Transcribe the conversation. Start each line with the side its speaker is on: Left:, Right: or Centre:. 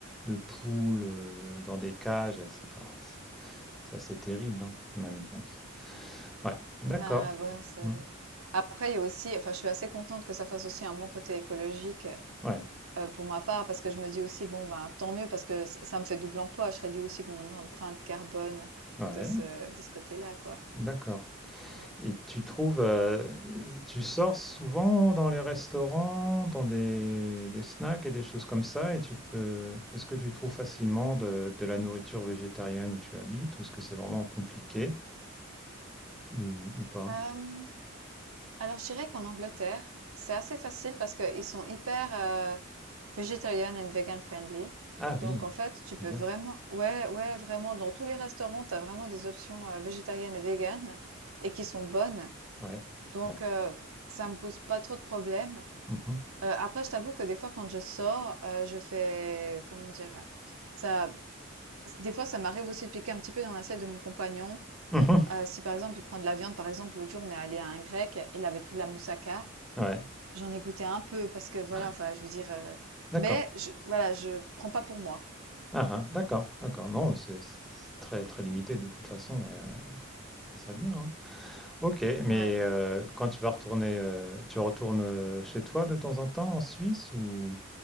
Centre: de poules euh, dans des cages, c'est pas, c'est c'est assez terrible, hein, même. Bon, c'est- ouais, d'accord.
Right: Ben, ouais, c'est
Centre: Hmm,
Right: après, il y a aussi enfin, je suis assez contente que ça fasse aussi un bon côté écologique.
Centre: Ouais,
Right: euh, pour ma part, parce que je me dis aussi, bon, ben, tant mieux, parce que ça, ça me fait double emploi, je réduis aussi mon empreinte carbone
Centre: ouais,
Right: de ce, de ce côté-là, quoi.
Centre: d'accord.
Right: Donc,
Centre: Et tu trouves, euh, tu sors souvent dans les restaurants, dans des, des snacks et des choses comme ça, et tu peux, est-ce que tu trouves facilement de, de la nourriture végétarienne où tu habites, ou est-ce que c'est vraiment compliqué, ou, ou pas?
Right: euh, alors, je dirais qu'en Angleterre, c'est assez facile parce qu'ils sont hyper euh, vegetarian and vegan friendly.
Centre: Ah
Right: Donc,
Centre: oui,
Right: en fait, tu peux
Centre: bien,
Right: vraiment, ouais, ouais, vraiment, dans tous les restaurants, tu as vraiment des options euh, végétariennes et véganes et qui sont bonnes.
Centre: ouais.
Right: Donc,
Centre: Ouais.
Right: euh, ça me pose pas trop de problèmes.
Centre: Mhm.
Right: Heu, après je t'avoue que des fois quand je sors, heu, je fais comment dire? Ça des fois ça m'arrive aussi de piquer un petit peu dans l'assiette de mon compagnon.
Centre: Mhm.
Right: Heu, si par exemple il prend de la viande, par exemple l'autre jour on est allés à un grec, il avait pris de la moussaka.
Centre: Ouais,
Right: J'en ai goûté un peu parce que voilà,
Centre: ouais.
Right: enfin je veux dire, heu,
Centre: D'accord.
Right: mais je voilà, je prends pas pour moi.
Centre: Ah ah, d'accord, d'accord. Non, mais c'est c'est très très limité de toute façon. ouais, ouais. Ce serait bien. hein. Ok, mais
Right: Ouais,
Centre: euh, quand tu vas retourner, euh, tu retournes euh, chez toi de temps en temps en Suisse ou,